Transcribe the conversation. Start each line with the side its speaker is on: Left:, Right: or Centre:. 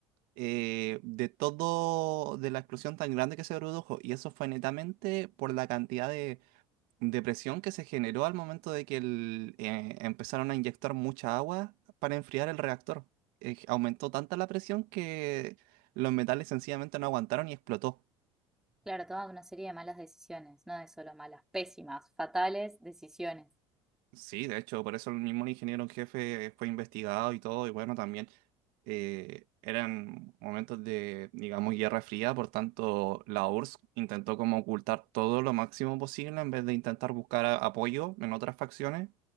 Right: eh, de todo, de la explosión tan grande que se produjo. Y eso fue netamente por la cantidad de depresión que se generó al momento de que el- eh, empezaron a inyectar mucha agua para enfriar el reactor. Eh, aumentó tanta la presión que los metales sencillamente no aguantaron y explotó.
Centre: Claro, toda una serie de malas decisiones, no de solo malas, pésimas, fatales decisiones.
Right: Sí, de hecho, por eso el mismo ingeniero en jefe fue investigado y todo, y bueno, también eh, eran momentos de, digamos, guerra fría, por tanto, la URSS intentó como ocultar todo lo máximo posible en vez de intentar buscar a- apoyo en otras facciones,